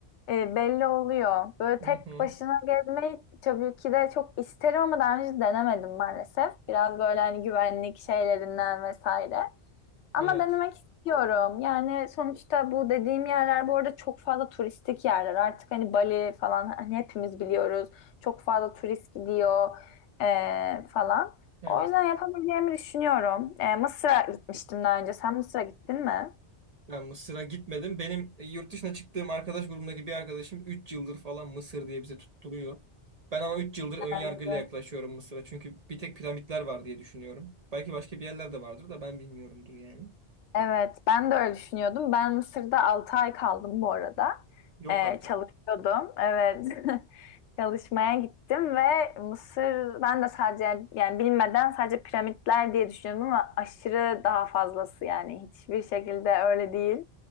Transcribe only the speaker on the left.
e, belli oluyor. Böyle
tek
başına gezmeyi tabii ki de çok isterim ama daha önce denemedim maalesef. Biraz böyle hani güvenlik şeylerinden vesaire. Ama
denemek istiyorum. Yani sonuçta bu dediğim yerler bu arada çok fazla turistik yerler. Artık hani Bali falan hani hepimiz biliyoruz. Çok fazla turist gidiyor eee, falan.
O yüzden yapabileceğimi düşünüyorum. Eee, Mısır'a gitmiştim daha önce. Sen Mısır'a gittin mi?
Bence.
Evet, ben de öyle düşünüyordum. Ben Mısır'da 6 ay kaldım bu arada.
Ee,
çalışıyordum. Evet. <laughs> Çalışmaya gittim ve Mısır ben de sadece yani bilmeden sadece piramitler diye düşünüyordum ama aşırı daha fazlası yani hiçbir şekilde öyle değil.